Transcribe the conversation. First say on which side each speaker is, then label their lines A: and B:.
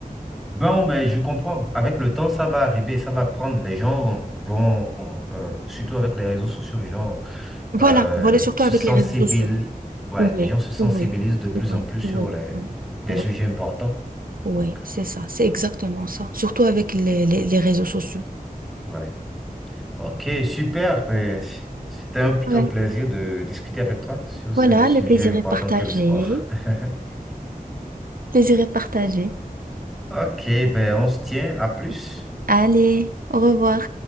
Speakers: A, in the centre; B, on the right.
A: Bon, ben, je comprends. Avec le temps, ça va arriver, ça va prendre. Les gens vont, euh, surtout avec les réseaux sociaux, les gens
B: Voilà,
A: euh,
B: voilà, surtout
A: se
B: avec
A: sensibilisent.
B: les réseaux sociaux.
A: Ouais,
B: Oui,
A: les gens se sensibilisent
B: oui,
A: de plus
B: oui, oui,
A: en plus sur
B: oui,
A: les, des
B: oui,
A: sujets importants.
B: oui,
A: Donc,
B: c'est ça, c'est exactement ça. Surtout avec les, les, les réseaux sociaux.
A: ouais. Ok, super. Ben, C'était un, plutôt
B: Ouais.
A: un plaisir de discuter avec toi sur
B: Voilà,
A: ce sujet
B: le plaisir
A: important
B: est partagé.
A: qu'est le sport. <laughs>
B: Plaisir est partagé.
A: Ok, ben on se tient. À plus.
B: Allez, au revoir.